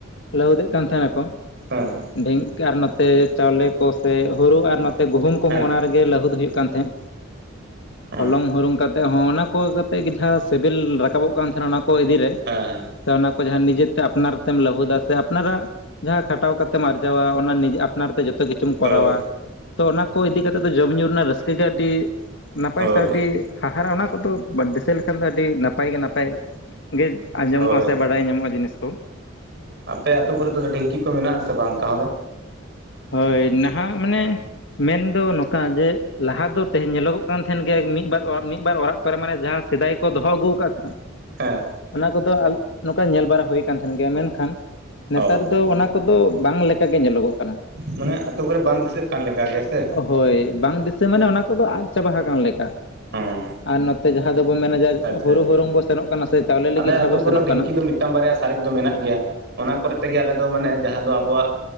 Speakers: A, on the left; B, on the right.
A: ᱞᱟᱹᱦᱩᱫᱮᱜ ᱠᱟᱱ ᱛᱟᱸᱦᱮᱱᱟ ᱠᱚ
B: ᱦᱮᱸ
A: ᱰᱷᱤᱝ ᱟᱨ ᱱᱚᱛᱮ ᱪᱟᱣᱞᱮ ᱠᱚ ᱥᱮ ᱦᱩᱲᱩ ᱟᱨ ᱱᱚ ᱜᱩᱦᱩᱢ ᱠᱚᱦᱚᱸ
B: ᱦᱮᱸ
A: ᱚᱱᱟ ᱨᱮᱜᱮ ᱞᱟᱹᱦᱩᱫ ᱦᱩᱭᱩᱜ ᱠᱟᱱ ᱛᱟᱸᱦᱮᱫ
B: ᱦᱮᱸ
A: ᱦᱚᱞᱚᱝ ᱦᱩᱲᱩᱝ ᱠᱟᱛᱮᱫ ᱦᱚᱸ ᱚᱱᱟ ᱠᱚ ᱠᱟᱛᱮ ᱜᱮ ᱡᱟᱦᱟᱸ ᱥᱮᱵᱮᱞ ᱨᱟᱠᱟᱵᱚᱜ ᱠᱟᱱ ᱛᱟᱸᱦᱮᱱᱟ ᱚᱱᱟ ᱠᱚ ᱤᱫᱤ ᱨᱮ
B: ᱦᱮᱸ ᱦᱮᱸ
A: ᱥᱮ ᱚᱱᱟ ᱠᱚ ᱡᱟᱦᱟᱸ ᱱᱤᱡᱮᱛᱮ ᱟᱯᱱᱟᱨ ᱛᱮᱢ ᱞᱟᱹᱦᱩ ᱫᱟ ᱥᱮ ᱟᱯᱱᱟᱨᱟᱜ ᱡᱟᱦᱟᱸ ᱠᱷᱟᱴᱟᱣ ᱠᱟᱛᱮᱢ ᱟᱨᱡᱟᱣᱟ ᱚᱱᱟ ᱱᱤᱡᱮ ᱟᱯᱱᱟᱨ ᱛᱮ ᱡᱚᱛᱚ ᱠᱤᱪᱷᱩᱢ ᱠᱚᱨᱟᱣᱟ
B: ᱦᱳᱭ
A: ᱛᱚ ᱚᱱᱟ ᱠᱚ ᱤᱫᱤ ᱠᱟᱛᱮ ᱫᱚ ᱡᱚᱢᱼ ᱧᱩ ᱨᱮᱱᱟᱜ ᱨᱟᱹᱥᱠᱟᱹ ᱜᱮ ᱟᱹᱰᱤ ᱱᱟᱯᱟᱭ
B: ᱦᱳᱭ
A: ᱥᱮ ᱟᱹᱰᱤ ᱦᱟᱦᱟᱨᱟ ᱚᱱᱟ ᱠᱚᱫᱚ ᱫᱤᱥᱟᱹ ᱞᱮᱠᱷᱟᱱ ᱫᱚ ᱟᱹᱰᱤ ᱱᱟᱯᱟᱭ ᱜᱮ ᱱᱟᱯᱟᱭ ᱜᱮ ᱟᱸᱡᱚᱢᱚᱜᱼᱟ
B: ᱦᱳᱭ
A: ᱥᱮ ᱵᱟᱰᱟᱭ ᱧᱟᱢᱚᱜᱼᱟ ᱡᱤᱱᱤᱥ ᱠᱚ
B: ᱟᱯᱮ ᱟᱹᱛᱩ ᱠᱚᱨᱮ ᱫᱚ ᱰᱷᱤᱝᱠᱤ ᱠᱚ ᱢᱮᱱᱟᱜ ᱟᱥᱮ ᱵᱟᱝ ᱛᱟᱦᱞᱮ
A: ᱦᱳᱭ ᱱᱟᱦᱟᱜ ᱢᱟᱱᱮ ᱢᱮᱱ ᱫᱚ ᱱᱚᱝᱠᱟ ᱡᱮ ᱞᱟᱦᱟ ᱫᱚ ᱛᱮᱦᱮᱧ ᱧᱮᱞᱚᱜᱚᱜ ᱠᱟᱱ ᱛᱟᱸᱦᱮᱱ ᱜᱮᱭᱟ ᱢᱤᱫ ᱵᱟᱨ ᱚᱲᱟᱜ ᱢᱤᱫ ᱵᱟᱨ ᱚᱲᱟᱜ ᱚᱠᱟᱨᱮ ᱢᱟᱱᱮ ᱡᱟᱦᱟᱸ ᱥᱮᱫᱟᱭ ᱠᱚ ᱫᱚᱦᱚ ᱟᱹᱜᱩ ᱠᱟᱜ ᱛᱟᱦᱮᱸᱱᱟ
B: ᱦᱮᱸ
A: ᱚᱱᱟ ᱠᱚᱫᱚ ᱱᱚᱝᱠᱟ ᱧᱮᱞ ᱵᱟᱲᱟ ᱦᱩᱭ ᱠᱟᱱ ᱛᱟᱸᱦᱮᱱ ᱜᱮ ᱢᱮᱱᱠᱷᱟᱱ ᱱᱮᱛᱟᱨ
B: ᱚ
A: ᱫᱚ ᱚᱱᱟ ᱠᱚᱫᱚ ᱵᱟᱝ ᱞᱮᱠᱟᱜᱮ ᱧᱮᱞᱚᱜᱚᱜ ᱠᱟᱱᱟ
B: ᱢᱟᱱᱮ ᱟᱹᱛᱳ ᱠᱚᱨᱮ ᱵᱟᱝ ᱫᱤᱥᱟᱹᱜ ᱠᱟᱱ ᱞᱮᱠᱟ ᱜᱮ ᱥᱮ
A: ᱦᱳᱭ ᱵᱟᱝ ᱫᱤᱥᱟᱹ ᱢᱟᱱᱮ ᱚᱱᱟ ᱠᱚᱫᱚ ᱟᱫ ᱪᱟᱵᱟ ᱦᱟᱠᱟᱱ ᱞᱮᱠᱟ
B: ᱦᱮᱸ
A: ᱟᱨ ᱱᱚᱛᱮ ᱡᱟᱦᱟᱸ ᱫᱚ ᱵᱚ ᱢᱮᱱᱟ
B: ᱟᱪᱪᱷᱟ
A: ᱦᱩᱲᱩ
B: ᱟᱪᱪᱷᱟ
A: ᱦᱩᱨᱩᱝ ᱵᱚ ᱥᱮᱱᱚᱜ ᱠᱟᱱᱟ ᱥᱮ ᱪᱟᱣᱞᱮ ᱞᱟᱹᱜᱤᱫ
B: ᱟᱞᱮ
A: ᱡᱟᱦᱟᱸ
B: ᱟᱛᱳ
A: ᱵᱚ
B: ᱠᱚᱨᱮ
A: ᱥᱮᱱᱚᱜ
B: ᱰᱷᱤᱝᱠᱤ
A: ᱠᱟᱱᱟ
B: ᱫᱚ ᱢᱤᱫᱴᱟᱝ ᱵᱟᱨᱮᱭᱟ ᱥᱟᱨᱮᱡ ᱫᱚ ᱢᱮᱱᱟᱜ ᱜᱮᱭᱟ ᱚᱱᱟ ᱠᱚᱨᱮ ᱛᱮᱜᱮ ᱟᱞᱮ ᱫᱚ ᱢᱟᱱᱮ ᱡᱟᱦᱟᱸ ᱫᱚ ᱟᱵᱚᱣᱟᱜ